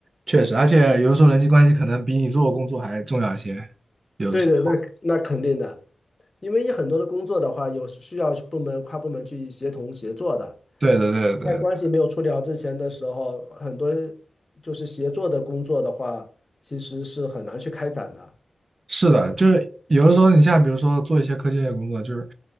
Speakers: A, on the right (about 40°); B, on the left (about 25°).
A: 确实，而且有的时候人际关系可能比你做的工作还重要一些。有的时候，
B: 对对，那那肯定的，因为你很多的工作的话，有需要部门跨部门去协同协作的，
A: 对对对的对的
B: 在关系没有处理好之前的时候，很多就是协作的工作的话，其实是很难去开展的。
A: 是的，就是有的时候，你像比如说做一些科技类的工作，就是